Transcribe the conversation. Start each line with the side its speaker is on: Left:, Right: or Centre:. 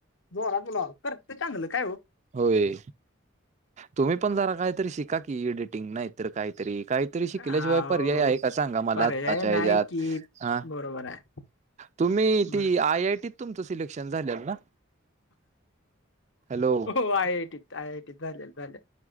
Left: <unintelligible> तुला करतोय चांगलं काय हो.
Right: होय तुम्ही पण जरा काहीतरी शिका की एडिटिंग नाही तर काहीतरी काहीतरी शिकल्याशिवाय
Left: अहो
Right: पर्याय आहे का सांगा मला
Left: पर्याय
Right: आत्ताच्या
Left: नाही
Right: ह्याच्यात
Left: की
Right: हा.
Left: बरोबर आहे
Right: तुम्ही
Left: बर
Right: ती I I T I I T तुमचं सिलेक्शन झालेल ना? हॅलो
Left: हो आय आय टी त आय आय टी त झालेलं झालेलं.